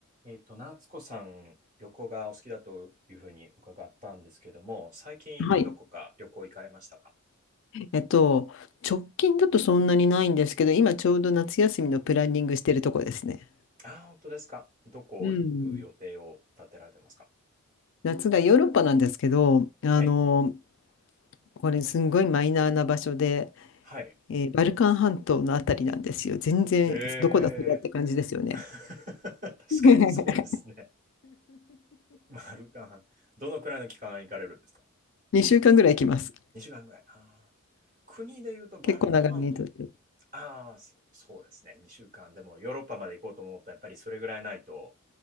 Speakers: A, on the right; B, on the left.
A: えっと、夏子さん、旅行がお好きだというふうに伺ったんですけども、最近どこか旅行行かれましたか
B: はい。えっと、直近だとそんなにないんですけど、今ちょうど夏休みのプランニングしてるとこですね。
A: あー、本当ですか。どこ行く予定を立てられてますか
B: うん。夏がヨーロッパなんですけど、あの、
A: はい。
B: これすんごいマイナーな場所で、
A: はい。
B: えーバルカン半島のあたりなんですよ。全然、
A: え
B: どこだそれって感じですよね。
A: ー、<laughs>
B: <laughs>
A: 確かにそうですね。バルカン半、どのくらいの期間行かれるんですか
B: 2週間ぐらい行きます。
A: ?2 週間ぐらい。あー国で言うとバルカン半島、
B: 結構長めにとって。
A: ああ、そそうですね。2週間。でもヨーロッパまで行こうと思ったらやっぱりそれぐらいないと